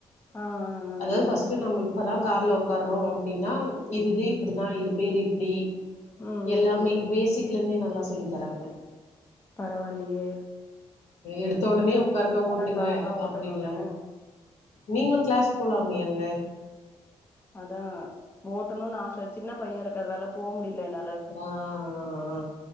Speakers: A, on the left; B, on the left.
A: ஆ ஆ ஆ ஆ ஆ ஆ
B: அதாவ்
A: ம்
B: ஃபஸ்ட்டு நம்ம இப்பதா கார்ல உட்காறோ அப்டின்னா இதுது இப்டிதா இது பேரு இப்டி
A: ம்
B: எல்லாமே
A: ம்
B: பேஸிக் க்ல இருந்தே நல்லா சொல்லி தராங்க
A: பரவால்லியே
B: எடுத்த உடனே உக்காருங்க ஓட்டுங்க
A: கார்லா ஓட்டணுனு
B: அப்டி இல்லாம நீங்ளு கிளாஸ் போலாமே அங்க
A: அதா ஓட்டணுன் ஆச சின்ன பைய இருக்கறதால போ முடில என்னா
B: ஆ ஆ ஆ